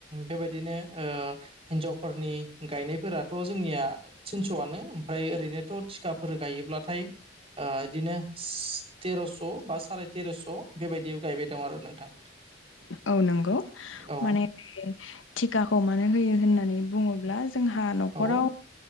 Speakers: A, on the right; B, on the left.
A: बेबायदिनो हिनजावफोरनि गायनायफोराथ' जोंनिया थिनस'आनो ओमफ्राय ओरैनोथ' थिखाफोर गायोब्लाथाय बिदिनो तेर'स' बा साराय तेर'स' बेबायदि गायबाय दं आरो नोंथां।
B: औ नंगौ
A: औ
B: माने बे थिखाखौ मानो होयो होननानै बुङोब्ला जोंहा न'खराव
A: औ